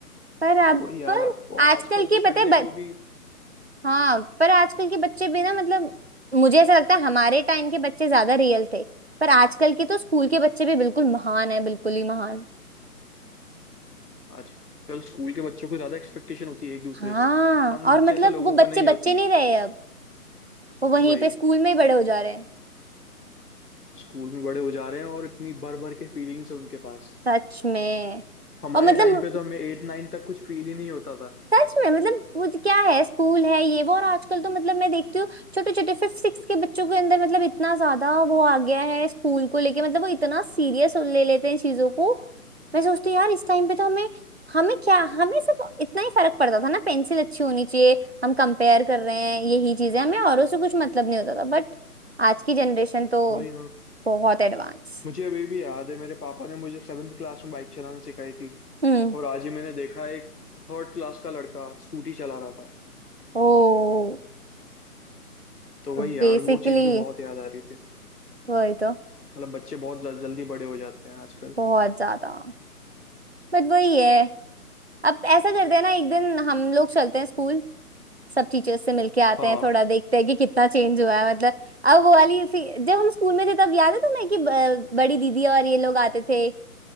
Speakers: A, on the right; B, on the left.
A: पर अब
B: तो वही यार
A: पर
B: और आजकल
A: आजकल
B: तो
A: की
B: संडे
A: पता है
B: को भी
A: हाँ पर आजकल के बच्चे भी ना मतलब मुझे ऐसा लगता है हमारे टाइम के बच्चे ज्यादा रियल थे पर आजकल के तो स्कूल के बच्चे भी बिल्कुल महान है बिल्कुल ही महान
B: आजकल स्कूल के बच्चों को ज्यादा एक्सपेक्टेशन होती है एक दूसरे
A: हाँ
B: से हम
A: और मतलब
B: जैसे लोगों
A: वो बच्चे
B: को नहीं होती
A: बच्चे नहीं रहे अब वो वहीं
B: वही
A: पे स्कूल में ही बड़े हो जा रहे हैं
B: स्कूल में बड़े हो जा रहे हैं और इतनी भर भर के फीलिंग्स है उनके पास
A: सच में
B: हमारे
A: और मतलब
B: टाइम पे तो हमें एट नाइन तक कुछ फील ही नहीं होता था
A: सच में मतलब वो जो क्या है स्कूल है ये वो और आजकल तो मतलब मैं देखती हूँ छोटे छोटे फिफ्थ सिक्स के बच्चों के अंदर मतलब इतना ज्यादा वो आ गया है स्कूल को लेके मतलब वो इतना सीरियस ले लेते हैं चीजों को मैं सोचती हूँ यार इस टाइम पे तो हमें हमें क्या हमें सिर्फ इतना ही फर्क पड़ता था ना पेंसिल अच्छी होनी चाहिए हम कंपेयर कर रहे हैं यही चीजें हमें औरों से कुछ मतलब नहीं होता था बट आज की जनरेशन तो
B: वही ना।
A: बहुत एडवांस
B: मुझे अभी भी याद है मेरे पापा ने मुझे सेवेंथ क्लास में बाइक चलाना सिखाई थी
A: हम्म
B: और आज ही मैंने देखा एक थर्ड क्लास का लड़का स्कूटी चला रहा था
A: ओ
B: तो वही
A: तो
B: यार
A: बेसिकली
B: वो चीज़ भी बहुत याद आ रही थी
A: वही तो
B: मतलब बच्चे बहुत जल, जल्दी बड़े हो जाते हैं आजकल
A: बहुत ज्यादा बट वही है अब ऐसा करते हैं ना एक दिन हम लोग चलते हैं स्कूल सब टीचर्स से मिलके आते
B: हाँ
A: हैं थोड़ा देखते हैं कि कितना चेंज हुआ है मतलब अब वो वाली फी- जब हम स्कूल में थे तब याद है तुम्हें कि ब- बड़ी दीदी और ये लोग आते थे